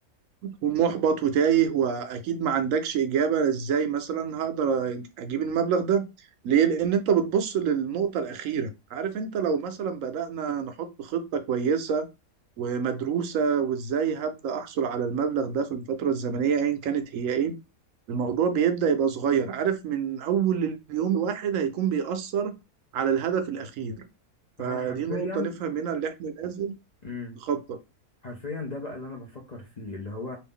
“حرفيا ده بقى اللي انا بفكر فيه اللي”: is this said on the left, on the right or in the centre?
Left